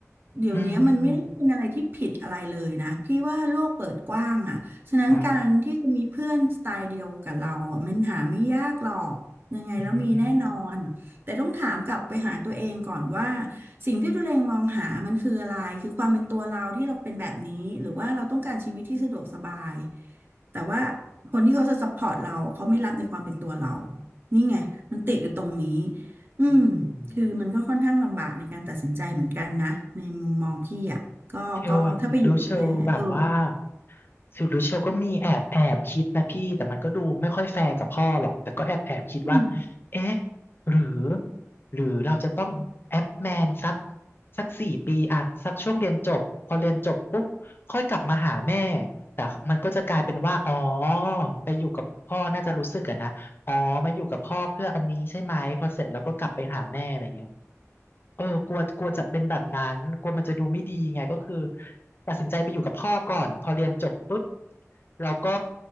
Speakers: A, on the right; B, on the left.
A: เดี๋ยวเนี้ยมันไม่ได้เป็นอะไรที่ผิดอะไรเลยนะพี่ว่าโลกเปิดกว้างอ่ะฉะนั้นการที่จะมีเพื่อนสไตล์เดียวกับเราอ่ะมันหาไม่ยากหรอกยังไงแล้วมีแน่นอนแต่ต้องถามกลับไปหาตัวเองก่อนว่า
B: อหืออืมอืมอ่าอืม
A: สิ่งที่ตัวเองมองหามันคืออะไรคือความเป็นตัวเราที่เราเป็นแบบนี้หรือว่าเราต้องการชีวิตที่สะดวกสบาย แต่ว่าคนที่เขาจะซัพพอร์ตเราเขาไม่รับในความเป็นตัวเรา นี่ไงมันติดอยู่ตรงนี้ อืม
B: อืม
A: คือมันก็ค่อนข้างลำบากในการตัดสินใจเหมือนกันนะในมุมมองพี่อ่ะก็ก็ถ้าไปอยู่กับแม่เออ
B: เชลอะดูเชลแบบว่าสิวดูเชลก็มีแอบแอบคิดนะพี่แต่มันก็ดูไม่ค่อยแฟร์กับพ่อหรอกแต่ก็แอบแอบคิดว่า
A: อืม
B: เอ๊ะหรือหรือเราจะต้องแอปแมนสักสักสี่ปีอ่ะสักช่วงเรียนจบพอเรียนจบปุ๊บค่อยกลับมาหาแม่แต่มันก็จะกลายเป็นว่าอ๋อไปอยู่กับพ่อน่าจะรู้สึกอะนะอ๋อมาอยู่กับพ่อเพื่ออันนี้ใช่ไหมพอเสร็จแล้วก็กลับไปหาแม่อะไรเงี้ย เออกลัวกลัวจะเป็นแบบนั้นกลัวมันจะดูไม่ดีไงก็คือตัดสินใจไปอยู่กับพ่อก่อนพอเรียนจบปุ๊บเราก็